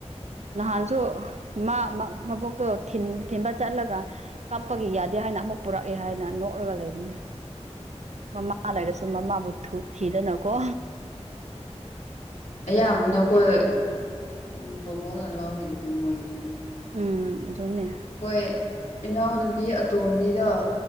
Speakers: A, on the right (about 75°); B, on the left (about 80°).
A: ꯅꯍꯥꯟꯁꯨ ꯃꯥ ꯃ ꯃꯕꯣꯛꯇꯣ ꯊꯤꯟ ꯊꯤꯟꯕ ꯆꯠꯂꯒ ꯀꯞꯄꯒꯤ ꯌꯥꯗꯦ ꯍꯥꯏꯅ ꯑꯃꯨꯛ ꯄꯨꯔꯛꯑꯦ ꯍꯥꯏꯅ ꯅꯣꯛꯔꯒ ꯂꯩꯕꯅꯤ ꯃꯃꯥ ꯂꯩꯔꯁꯨ ꯃꯃꯥꯕꯨ ꯊꯨꯠ ꯊꯤꯗꯅꯀꯣ
B: ꯑꯌꯥꯝꯕꯅ ꯑꯈꯣꯏ ꯎꯝ ꯕꯣꯕꯣꯛꯅ ꯂꯧꯔꯤꯗꯨꯗꯤ ꯃꯣꯏꯒꯤꯗꯤ
A: ꯎꯝ ꯑꯗꯨꯅꯦ
B: ꯍꯣꯏ ꯏꯅꯥꯎꯅꯨꯄꯤ ꯑꯇꯣꯝꯕꯤꯗꯣ